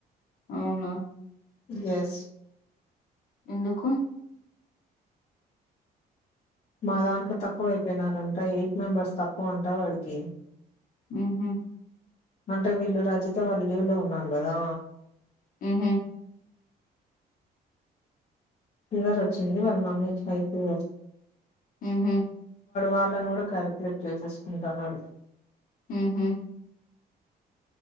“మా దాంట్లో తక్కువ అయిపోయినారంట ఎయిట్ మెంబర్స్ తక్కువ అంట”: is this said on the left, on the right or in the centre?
Left